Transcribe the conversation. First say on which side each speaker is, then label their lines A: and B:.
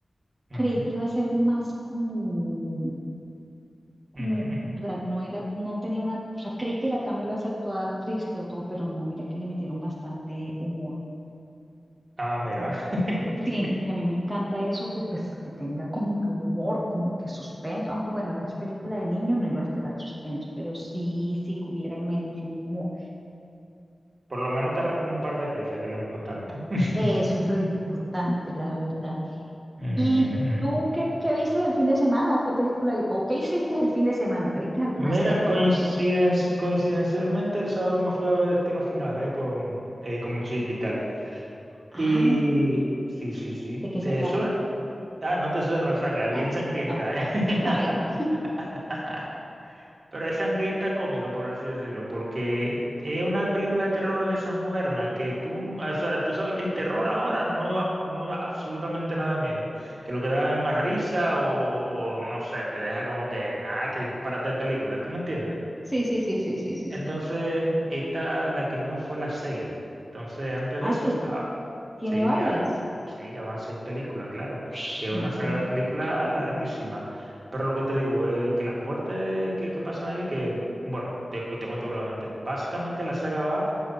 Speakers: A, on the right; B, in the centre.
A: ujú,
B: creí que iba a ser más como, como,
A: ujú, ujú.
B: o sea, no era, no tenía una, o sea, creí que la trama iba a ser toda triste o todo, pero no, mira que le metieron bastante humor,
A: Ah, mira,
B: bastante.
A: <laughs>
B: Sí, y a mí me encanta eso que pues que tenga como que humor, como que suspenso, aunque bueno, es película de niños, no iba a esperar suspenso, pero sí, sí que hubiera al menos un humor.
A: por lo menos te arrancó un par de risas, que es lo importante. <laughs>
B: Eso es lo importante, la verdad.
A: Ujú,
B: ¿Y
A: ujú.
B: tú qué, qué viste el fin de semana o qué película o qué hiciste el fin de semana? ¿Te viste alguna
A: Mira,
B: serie,
A: coinciden-
B: una película?
A: coincidencialmente el sábado me fui a ver Destino Final, eh, con, eh, con mi chica y tal.
B: Ay,
A: Y sí, sí, sí,
B: ¿de qué
A: te
B: se trata?
A: suena. Ah, no te suena la saga,
B: No,
A: es bien sangrienta,
B: no.
A: eh.
B: Ay,
A: <laughs>
B: no.
A: Pero es sangrienta cómica, por así decirlo, porque es una película de terror de esas modernas que tú, o sea, tú sabes que el terror ahora no da, no da absolutamente nada de miedo, que lo que da es más risa o, o no sé, te deja como que nada, que disparate de película, ¿tú me entiendes?
B: Sí, sí, sí, sí, sí, sí,
A: Entonces,
B: sí.
A: esta, la que vimos fue las seis. Entonces, antes
B: Ah,
A: de eso,
B: es que
A: ta-
B: tiene
A: sí,
B: varias.
A: ya, sí, ya van seis películas, claro,
B: Ush,
A: que es una
B: imagínate.
A: saga de películas larguísima. Pero lo que te digo es que las muertes que, que pasan ahí, que, bueno, te, cu- te cuento brevemente. Básicamente la saga va